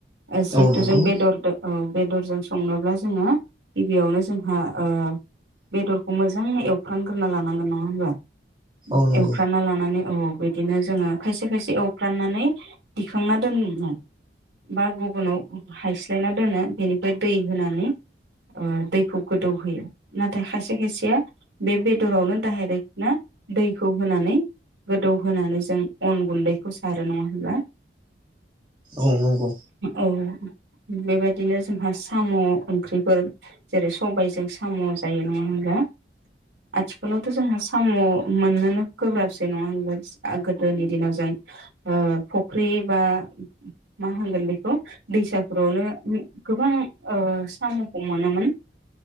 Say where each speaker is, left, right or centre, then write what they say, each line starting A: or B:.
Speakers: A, on the right (about 80°); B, on the right (about 25°).
A: ओ जिहेथु
B: औ नंगौ
A: जों बेदरदो औ बेदरजों संनोब्ला जोङो गिबियावनो जोंहा ओ बेदरखौ मोजां एव फ्रामग्रोना लानांगोन नङा होनबा
B: औ नंगौ
A: एवफ्राना लानानै औ बिदिनो जोङो खायसे खायसे एवफ्राननानै दिखांना दोनो बा गुबुनाव हायस्लायना दोनो बिनिफ्राय दै होनानै ओ दैखौ गोदौहोयो नाथाय खायसे खायसेया बे बेदरावनो डाइरेक्ट नो दैखौ होनानै गोदौहोनानै जों अन गुन्दैखौ सारो नङा होनबा
B: औ नोंगौ
A: औ बेबायदिनो जोंहा साम' ओंख्रिफोर जेरै सबायजों साम' जायो नङा होनब्ला आथिखालावथ' जोंहा साम' मोननोनो गोब्राबसै नङा होनबा आ गोदोनि दिनाव जों ओ फख्रि बा मा होनगोन बेखौ दैसाफोरावनो गोबां ओ साम'खौ मोनोमोन